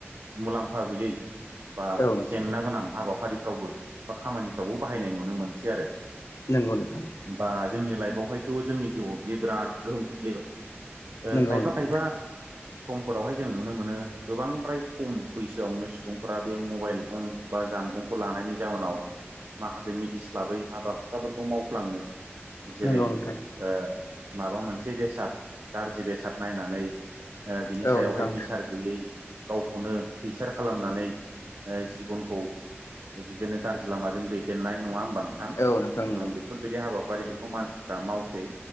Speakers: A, on the right; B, on the left.
A: मुलाम्फा गैयै बा
B: औ नोंथां
A: जेंना गोनां हाबाफारिफ्रावबो बा खामानिफ्रावबो बाहायनाय नुनो मोनसै आरो
B: नंगौ नोंथां
A: बा जोंनि लाइफआवहायथ' जोंनि जिउआव बियो बिराद गोहोम खोख्लैबाय ओ
B: नंगौ
A: खायफा
B: नोंथां
A: खायफा समफोरावहाय जों नुनो मोनो गोबांद्राय खम बैसोआवनो सुबुंफोरा बे मबाइल फन बा जा नबुंखौ लानायनि जाहोनाव माखासे मिथिस्लाबै हाबा हुखाफोरखौ मावफ्लाङो जेरै
B: नंगौ
A: ओ
B: नोंथां
A: माबा मोनसे बेसाद गाज्रि बेसाद नायनानै ओ बिनि
B: औ
A: सायावहाय
B: नोंथां
A: बिसार गैयै गावखौनो खैसार खालामनानै ओ जिबनखौ बिदिनो गाज्रि लामाजों दैदेननाय नङा होमबा नोंथां ओ
B: औ नोंथां
A: बेफोरबायदि हाबाखौ रिफोरखौ मानसिफ्रा मावसै